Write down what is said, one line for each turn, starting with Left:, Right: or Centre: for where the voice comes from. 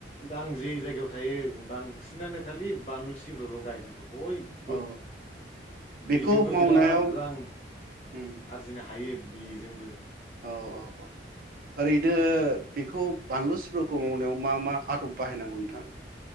Left: दा आं जे जायगायाव थायो बांसिनानो खालि बानलु सिब्रुल' गायजोबो। बयबो
Right: औ बेखौ
Left: बेजोंबो
Right: मावनायाव
Left: बिराद रां
Right: उम
Left: आरजिनो हायो। बिजोंबो
Right: औ औ औ ओरैनो बेखौ बानलु सिबफोरखौ मावनायाव मा मा आदब बाहायनांगौ नोंथां।